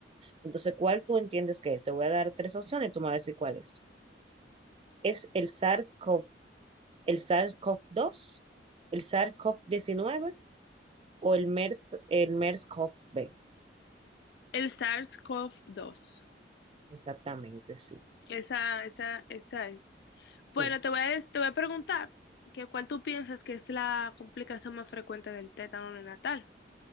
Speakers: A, on the right; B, on the left.
A: Entonces, ¿cuál tú entiendes que es? Te voy a dar tres opciones y tú me vas a decir cuál es. ¿Es el SARS-CoV, el SARS-CoV-2, el SARS-CoV-19 o el MERS, el MERS-CoV-B?
B: El SARS-CoV-2.
A: Exactamente, sí.
B: Esa, esa, esa es.
A: Sí.
B: Bueno, te voy a, des- te voy a preguntar que cuál tú piensas que es la complicación más frecuente del tétano neonatal.